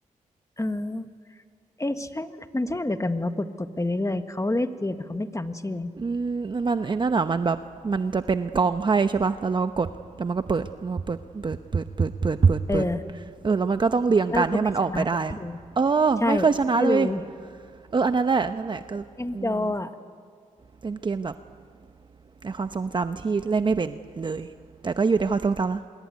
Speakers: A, on the left; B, on the right.
A: เออเอ๊ะใช่มันใช่อันเดียวกันว่ากดกดไปเรื่อยๆเขาเล่นเกมแต่เขาไม่จำชื่อ
B: อืมมันไอ้นั่นอ่ะมันแบบมันจะเป็นกองไพ่ใช่ปะแล้วเราก็ดแล้วมันก็เปิดเราเปิดเปิดเปิดเปิดเปิดเปิดเปิด
A: เออ
B: เออแล้วมันก็ต้องเรียงกันให้มันออกไปได้
A: แล้วก็ไม่ชนะสักที
B: เออไม่เคยชนะเลย
A: ใช่ใช่เลย
B: เอออันนั้นแหละนั่นแหละก็อืม
A: เกมจออ่ะ
B: เป็นเกมแบบในความทรงจำที่เล่นไม่เป็นเลยแต่ก็อยู่ในความทรงจำนะ